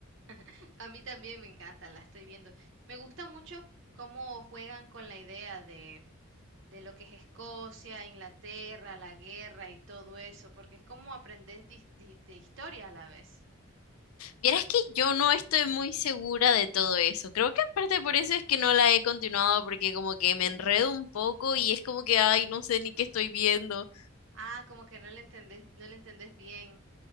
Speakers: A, on the right; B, on the left.
A: <clears throat> <laughs> A mí también me encanta, la estoy viendo. Me gusta mucho cómo juegan con la idea de, de lo que es Escocia, Inglaterra, la guerra y todo eso, porque es como aprendés dis- di- de historia a la vez.
B: Vieras que yo no estoy muy segura de todo eso. Creo que en parte por eso es que no la he continuado porque como que me enredo un poco y es como que, ay, no sé ni qué estoy viendo.
A: Ah, como que no le entendés, no le entendés bien.